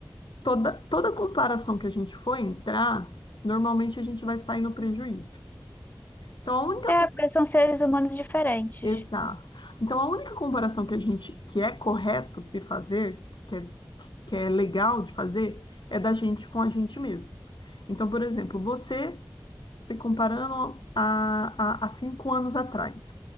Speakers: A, on the left; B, on the left.
A: toda toda comparação que a gente for entrar, normalmente a gente vai sair no prejuízo. Então, a única
B: É,
A: com-
B: porque são seres humanos diferentes.
A: exato. Então, a única comparação que a gente que é correto se fazer, que é, que é legal de fazer, é da gente com a gente mesmo. Então, por exemplo, você se comparando a, a, a cinco anos atrás,